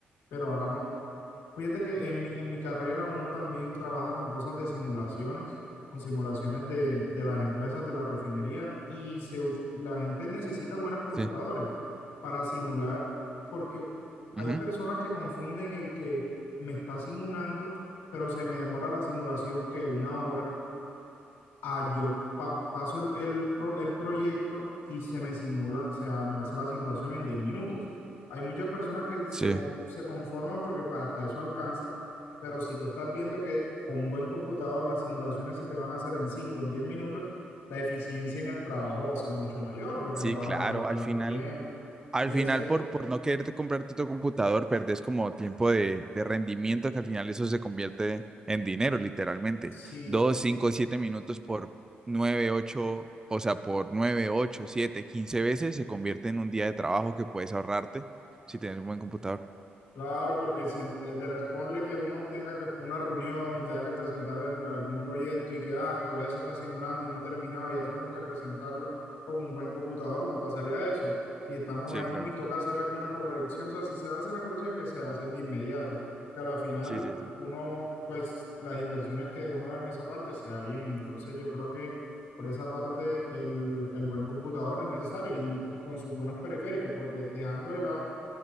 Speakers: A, on the left (about 90°); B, on the right (about 15°).
A: pero ahora no. Fíjate que en mi, en mi carrera uno también trabaja con cosas de simulaciones, con simulaciones de, de las empresas de la refinería y se, u- la gente necesita buenos computadores
B: Sí.
A: para simular, porque hay
B: Ujú,
A: personas que confunden el que me está simulando, pero se me demora la simulación que una hora Ah, yo pa- paso el, el pro- el proyecto y se me simula, o sea, me hace la simulación en 10 minutos. Hay muchas personas que se,
B: sí.
A: con- se conforman porque pues hasta eso alcanza, pero si tú estás viendo que con un buen computador las simulaciones se te van a hacer en 5 en 10 minutos, la eficiencia en el trabajo va a ser mucho mayor porque
B: Sí,
A: no vas
B: claro,
A: a perder tanto
B: al final,
A: tiempo.
B: al
A: Y
B: final
A: así,
B: por, por no quererte comprarte tu computador, perdés como tiempo de, de rendimiento que al final eso se convierte en dinero, literalmente.
A: si
B: Dos, cinco, siete minutos por nueve, ocho, o sea, por nueve, ocho, siete, quince veces se convierte en un día de trabajo que puedes ahorrarte si tienes un buen computador.
A: Claro, porque si en- eh, de responde que uno tenga que una reunión y tenga que presentar el- algún proyecto y que, ah, que todavía se está simulando y no ha terminado, ya tenemos que presentarlo con un buen computador, no pasaría eso. Si estamos
B: Sí,
A: ahí
B: claro.
A: mismo y toca hacer alguna corrección, o sea, si se hacen las correcciones, que se hacen de inmediato, que a la final
B: Sí, sí, sí.
A: uno, pues las inversiones que uno haga en esa parte sea bien. Entonces yo creo que por esa parte el, el buen computador es necesario y, y con sus buenos periféricos, porque dejando de lado